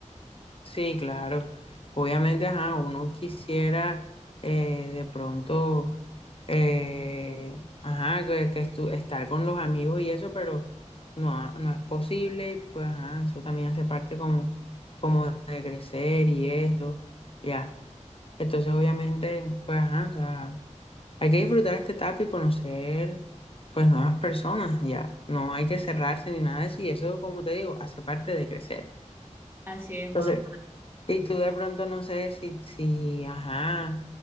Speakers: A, on the left; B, on the right.
A: Sí, claro. Obviamente, ajá, uno quisiera eh, de pronto, eh, ajá, que, que estu- estar con los amigos y eso, pero no, no es posible. y Pues, ajá, eso también hace parte como, como de crecer y eso, ya. Entonces, obviamente, pues, ajá, o sea, hay que disfrutar esta etapa y conocer, pues, nuevas personas, ya. No hay que cerrarse ni nada de eso y eso, como te digo, hace parte de crecer.
B: Así es,
A: Entonces,
B: Juan.
A: y tú de pronto no sé si, si, ajá,